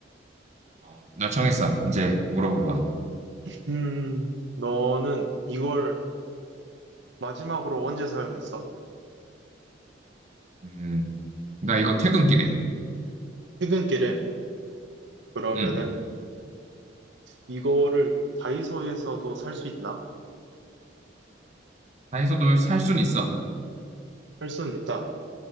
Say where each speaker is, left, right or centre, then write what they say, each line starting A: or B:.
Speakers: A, on the right; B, on the right.
A: 어, 나 정했어. 이제 물어봐봐.
B: 음, 너는 이걸 마지막으로 언제 사용했어?
A: 음, 나 이거 퇴근길에.
B: 퇴근길에 그러면은
A: 음,
B: 이거를 다이소에서도 살 수 있나?
A: 다이소도 살 순 있어.
B: 살 수는 있다.